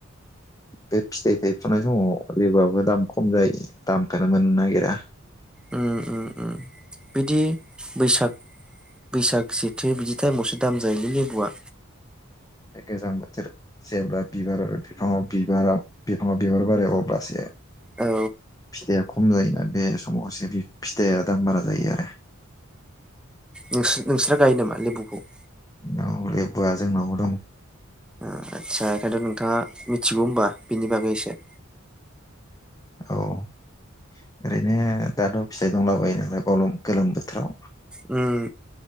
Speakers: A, on the left (about 15°); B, in the centre.
A: बे फिथाइ थाइफुनाय समाव लेबुआबो दाम खम जायो दामखौनो मोननो नागिरा
B: ओम ओम ओम बिदि बैसाग बैसाग जेथो बिदि टाइमावसो दाम जायोलै लेबुआ।
A: गोजां बोथोर जेब्ला बिबार आरो बिफाङाव बिबारा बिफाङाव बिबार बारो अब्लासो
B: औ
A: फिथायाइया खम जायोना बे समावसो फिथाइया दाम बारा जायो आरो।
B: नोंस नोंसोरा गायो नामा लेबुखौ?
A: औ लेबुया जोंनाव दं।
B: ओ आदसा ओंखायनोथ' नोंथाङा मिथिगौ होनोमबा बिनि बागैसे
A: औ ओरैनो दाथ' फिथाइ दंला बायो नालाय गरम गोलोम बोथोराव।
B: ओम